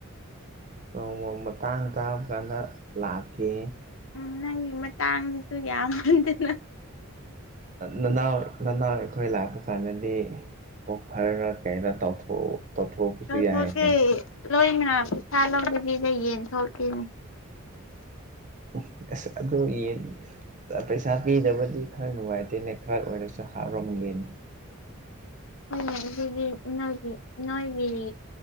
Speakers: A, on the right (about 35°); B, on the left (about 65°).
A: ꯅꯣꯡꯃ ꯃꯇꯥꯡ ꯆꯥꯕ ꯀꯥꯟꯗ ꯂꯥꯛꯀꯦ
B: ꯎꯝ ꯅꯪꯒꯤ ꯃꯇꯥꯡꯁꯤꯁꯨ ꯌꯥꯝ ꯃꯟꯗꯅ
A: ꯅꯅꯥꯎ ꯅꯅꯥꯎ ꯑꯩꯈꯣꯏ ꯂꯥꯛꯄ ꯀꯥꯟꯗꯗꯤ ꯑꯣꯐꯔꯔ ꯀꯩꯅꯣ ꯇꯧꯊꯣꯛ ꯇꯧꯊꯣꯛꯄꯁꯨ
B: ꯂꯧꯊꯣꯛꯀꯦ
A: ꯌꯥꯏꯅꯦ
B: ꯂꯣꯏꯅ ꯄꯩꯁꯥ ꯂꯧꯗꯕꯤꯗ ꯌꯦꯟ ꯊꯣꯛꯀꯦꯅꯦ
A: <unintelligible> ꯑꯁ ꯑꯗꯨ ꯌꯦꯟ ꯄꯩꯁꯥ ꯄꯤꯗꯕꯗꯤ ꯈꯔ ꯅꯨꯡꯉꯥꯏꯇꯦꯅꯦ ꯈꯔ ꯑꯣꯏꯔꯁꯨ ꯍꯥꯞꯂꯝꯒꯦꯅꯦ
B: ꯍꯣꯏꯅꯦ ꯑꯗꯨꯗꯩꯗꯤ ꯅꯣꯏꯒꯤ ꯅꯣꯏꯒꯤ